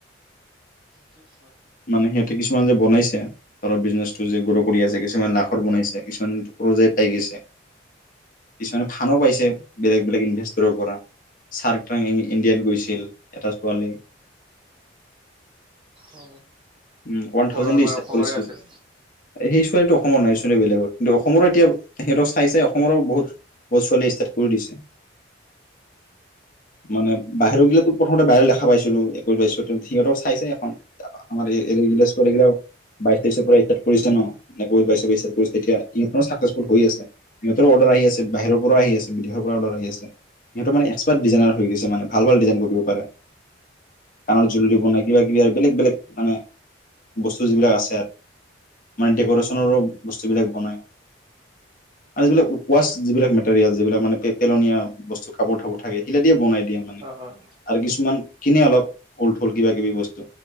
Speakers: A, on the right; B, on the left.
A: টো <unintelligible>
B: মানে সিহঁতে কিছুমান যে বনাইছে ধৰৰ বিজনেচটো যে গ্ৰ' কৰি আছে। কিছুমান লাখত বনাইছে কিছুমান, ৰজাই পাই গৈছে কিছুমানে ফানো পাইছে বেলেগ-বেলেগ ইনভেষ্টৰৰ পৰা। চাৰ্কটাং ইণ্ডিয়াত গৈছিল এটা ছোৱালী।
A: অ
B: উম, ওৱান
A: ক'ৰ
B: থাউজেণ্ড
A: আমাৰ
B: দি ষ্টাৰ্ট
A: অসমৰে
B: কৰিছিল
A: আছিল।
B: সেই ছোৱালীটো অসমৰ নহয়। বেলেগৰ কিন্তু অসমৰো এতিয়া সিহঁতৰ চাই-চাই অসমৰো বহুত ছোৱালীয়ে ষ্টাৰ্ট কৰি দিছে। মানে বাহিৰ গিলাতো প্ৰথমতে বাহিৰ দেখা পাইছিলো এক পাইছো সিহঁতক চাই-চাই, আমাৰ এই এ গিল এগও বাইশ ত্ৰিশৰ পৰা ষ্টাৰ কৰিছে ন, বাইশ পৰা কৰিছে তেতিয়া ইঁতৰ চাক্সেছফুল হৈ আছে। ইহঁতৰোঁ অৰ্ডাৰ আহি আছে বাহিৰৰ পৰাও আহি আছে বিদেশৰ পৰা অৰ্ডাৰ আহি আছে। সিহঁতৰ মানে একসপাৰ্ট ডিজাইনাৰ হৈ গৈছে মানে ভাল-ভাল ডিজাইন কৰিব পাৰে। কাণৰ জুলৰি বনাই কিবা-কিবি আৰু বেলেগ-বেলেগ, মানে বস্তু যিবিলাক আছে আৰু মানে ডেক'ৰেচনৰো বস্তুবিলাক বনায়। আৰু যিবিলাক ৱাছ যিবিলাক মেটেৰিয়েল যিবিলাক মানে পেলনীয়া বস্তু কাপোৰ তাপোৰ থাকে সেইবিলাক দিয়ে বনাই দিয়ে মানে
A: অ', অ'।
B: আৰু কিছুমান, খিনিয়ে অলপ অলঠল কিবা কিবি বস্তু।